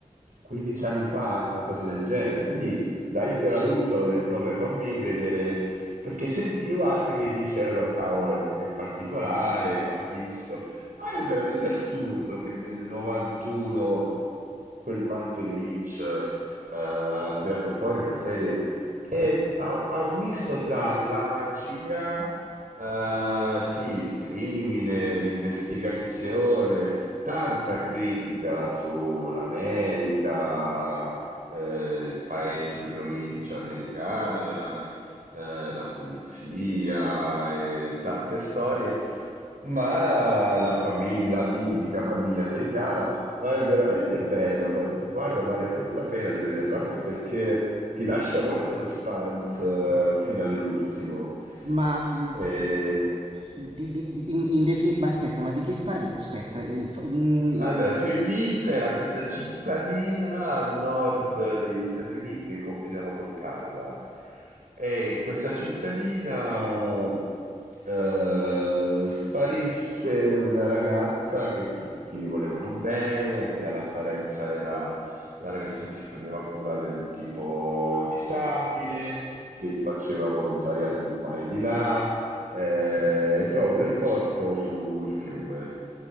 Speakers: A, on the right (about 80°); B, on the right (about 45°).
A: 15 anni fa, una cosa del genere, quindi da iperadulto ho detto, vabbè, fammi vedere, perché sentivo altri che dicevano, cavolo, è, è particolare, va visto. Ah, è veramente assurdo che nel 91 quel matto di Lynch eh, ha tirato fuori una serie che ha, ha un misto tra la magia, eh, sì, il crimine, l'investigazione, tanta critica sull'America, eh, i paesi di provincia americana, eh, la polizia, e tante storie. Ma la famiglia, la tipica famiglia americana, ma è veramente bello, va- guarda, vale proprio la pena di vederlo, anche perché ti lascia molta suspense eh, fino all'ultimo.
B: Ma, il-
A: E
B: il- di- di- di- in- in defini- ma aspetta, ma di che parla? Aspetta, il- fa- mm,
A: Allora, Twin Peaks era questa cittadina a nord degli Stati Uniti che confinava col Canada. E in questa cittadina eh, sparisse una ragazza che tutti volevano bene, che all'apparenza era la ragazza che si prendeva cura del tipo disabile, che faceva volontariato di qua e di là eh, e trovano del corpo sul fiume